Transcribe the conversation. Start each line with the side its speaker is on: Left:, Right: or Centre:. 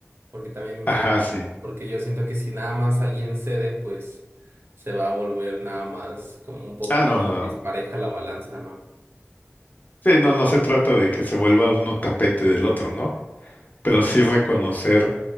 Right: porque también
Left: Ajá, sí.
Right: porque yo siento que si nada más alguien cede, pues se va a volver nada más como un poco
Left: Ah, no, no,
Right: dispareja
Left: no.
Right: la balanza, ¿no?
Left: Sí, no, no se trata de que se vuelva uno tapete del otro, ¿no? Pero sí reconocer